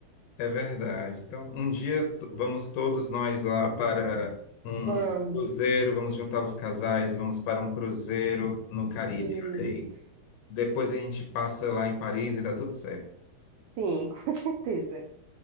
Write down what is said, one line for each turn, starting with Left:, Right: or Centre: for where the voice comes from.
Left: é verdade. Então, um dia t- vamos todos nós lá para um
Right: Vamos.
Left: cruzeiro, vamos juntar os casais e vamos para um cruzeiro no Caribe,
Right: Sim.
Left: olha aí. Depois a gente passa lá em Paris e dá tudo certo.
Right: Sim, <laughs> com certeza.